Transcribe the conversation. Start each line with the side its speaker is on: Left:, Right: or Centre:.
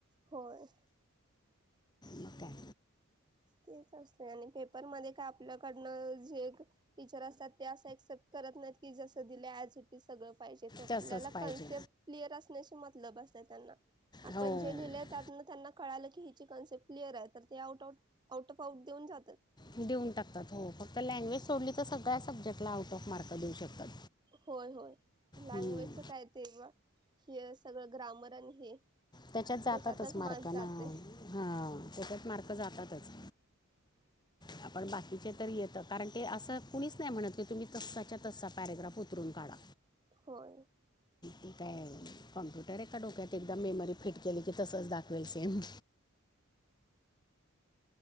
Right: होय.
Left: मग काय
Right: तेच असते आणि पेपरमध्ये का आपल्याकडनं जे टीचर असतात ते असं एक्सेप्ट कर करत नाहीत की जस दिलय ऍज इट इज सगळं पाहिजेत आपल्याला
Left: तसंच पाहिजे
Right: कनस्पेट क्लिअर असण्याशी मतलब असतय त्यांना. आपण
Left: हो
Right: जे लिहिलंय त्यातन त्यांना कळालं की ती कन्सेप्ट क्लिअर आहे तर ते out out out of out देऊन जातात.
Left: देऊन टाकतात हो. फक्त लँग्वेज सोडली तर सगळ्या सब्जेक्टला आउट ऑफ मार्क देऊ शकतात.
Right: होय होय लँग्वेजच
Left: हम्म.
Right: काय ते हे सगळं ग्रामर आणि हे
Left: त्याच्यात जातातच
Right: त्याच्यातच
Left: मार्क
Right: जाते
Left: ना हा. त्याच्यात मार्क जातातच. <inaudible> आपण बाकीचे तर येतं कारण ते असं कुणीच नाही म्हणत की तुम्ही तस्साच्या तस्सा पॅरेग्राफ उतरून काढा.
Right: होय
Left: ती काय कॉम्प्युटर आहे का डोक्यात एक मेमरी केले की तसंच दाखवेल सेम